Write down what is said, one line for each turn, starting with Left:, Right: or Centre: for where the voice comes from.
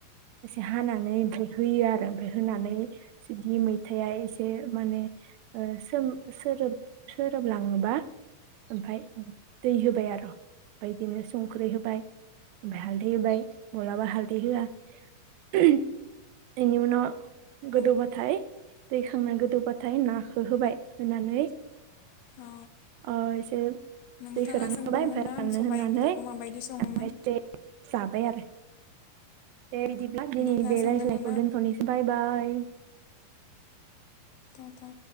Right: एसे हानानै ओमफाय होयो आरो ओमफाय होनानै जुदि मैथाया एसे माने ओ सोम सो सोरोब सोरोब लांओबा ओमफाय उम दै होबाय आर' ओमफाय इदिनो संख्रि होब ओमफाय हालदै होबाय मलाबा हालदै होआ <unintelligible> इनि उनाव गोदौबाथाय
Left: अ
Right: दैखांना गोदौबाथाय नाखो होबाय होनानै
Left: अ
Right: ओ एसे
Left: नोंथाङा
Right: दैखो रानहोबाय
Left: सोंदोंमोन
Right: ओमफ्राय
Left: ना आं
Right: राननो
Left: सबाइ
Right: होननानै
Left: ओंख्रिखौ
Right: ओमफ्रायसे
Left: माबायदि सङोमोन
Right: जाबाय आरो दे बिदिब्ला दिनैनि
Left: नोंथाङा
Right: बे
Left: सोंदोंमोन
Right: रायज्लायखौ
Left: ना
Right: दोन्थ'निसै बाय बाय।
Left: टा टा